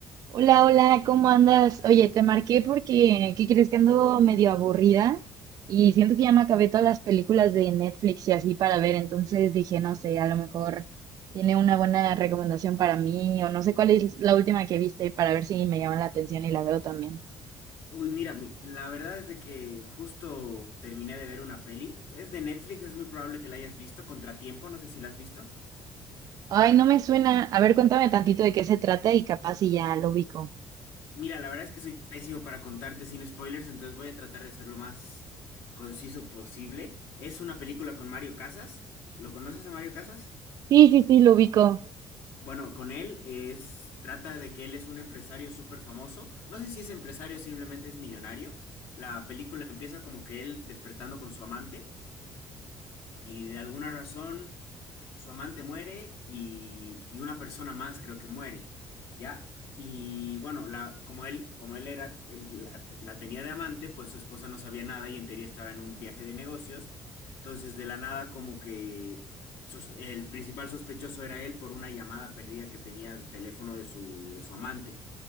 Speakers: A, on the right; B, on the left.
A: Hola, hola, ¿cómo andas? Oye, te marqué porque, ¿qué crees que ando medio aburrida? Y siento que ya me acabé todas las películas de Netflix y así para ver, entonces dije, no sé, a lo mejor tiene una buena recomendación para mí o no sé cuál es la última que viste para ver si me llama la atención y la veo también.
B: Uy, mira, mi- la verdad es de que justo terminé de ver una peli. Es de Netflix, es muy probable que la hayas visto. Contratiempo, no sé si la has visto.
A: Ay, no me suena. A ver, cuéntame tantito de qué se trata y capaz si ya lo ubico.
B: Mira, la verdad es que soy pésimo para contarte sin spoilers, entonces voy a tratar de ser lo más conciso posible. Es una película con Mario Casas. ¿Lo conoces a Mario Casas?
A: Sí, sí, sí, lo ubico.
B: Bueno, con él es, trata de que él es un empresario súper famoso. No sé si es empresario o simplemente es millonario. La película empieza como que él despertando con su amante y de alguna razón su amante muere y, y una persona más creo que muere, ¿ya? Y bueno, la, como él, como él era, él la, la tenía de amante, pues su esposa no sabía nada y en teoría estaba en un viaje de negocios. Entonces, de la nada, como que sos- el principal sospechoso era él por una llamada perdida que tenía al teléfono de su, de su amante.